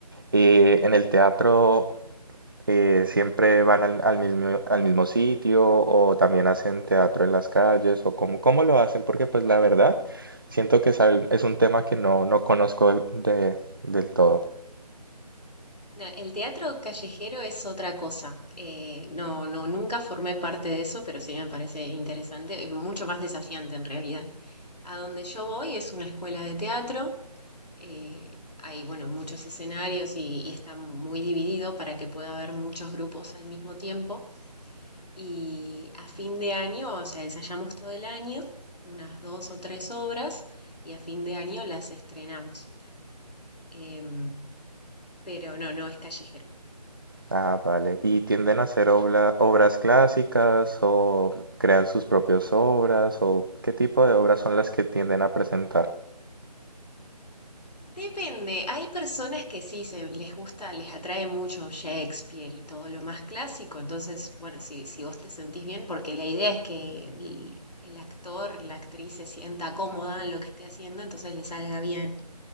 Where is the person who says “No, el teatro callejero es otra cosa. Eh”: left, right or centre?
Left